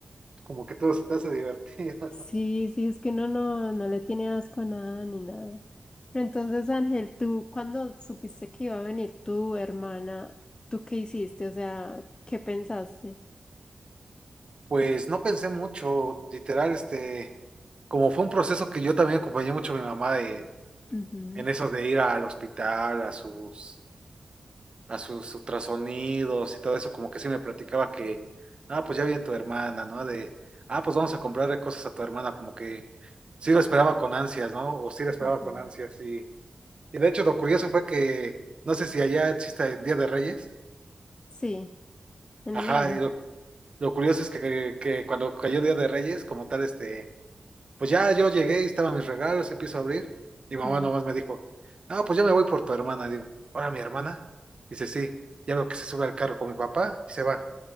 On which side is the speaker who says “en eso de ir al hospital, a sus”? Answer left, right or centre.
Right